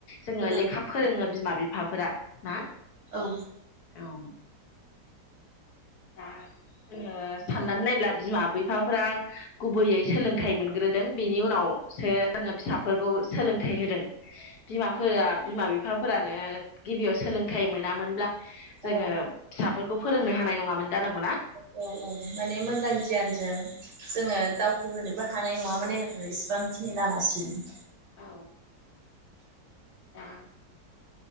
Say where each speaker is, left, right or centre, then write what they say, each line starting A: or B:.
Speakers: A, on the left (about 65°); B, on the right (about 75°).
A: जोङो
B: फोरों
A: लेखा फोरोङो बिमा बिफाफोरा ना।
B: औ
A: औ दा जोङो साननानै नायब्ला बिमा बिफाफोरा गुबैयै सोलोंथाइ मोनग्रोदों बेनि उनावसो जोङो फिसाफोरखौ सोलोंथाइ होदों। बिमाफोरा बिमा बिफाफोरानो गिबियाव सोलोंथाइ मोनामोनब्ला
B: औ
A: जोङो फिसाफोरखौ फोरोंनो हानाय नङामोन। जानांगौ ना
B: औ औ माने मोजां गियानजों जोङो दावखो होनोबो हानाय नङा माने इसिबांखिनि लामासिम <inaudible>
A: औ दा